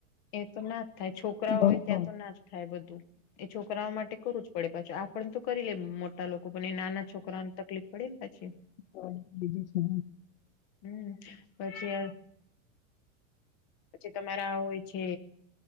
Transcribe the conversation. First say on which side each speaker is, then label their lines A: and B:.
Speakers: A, on the left (about 30°); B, on the left (about 60°).
A: એ તો ના જ થાય છોકરાઓ
B: હમ
A: હોય ત્યાં
B: હમ
A: તો ના જ થાય બધું એ છોકરાઓ માટે કરવું જ પડે પાછું આપણ તો કરી લે મો લોકો પણ નાના છોકરાને તકલીફ પડેલ પછી
B: હા બીજું છે.
A: હમ પછી યાર પછી તમારા હોય છે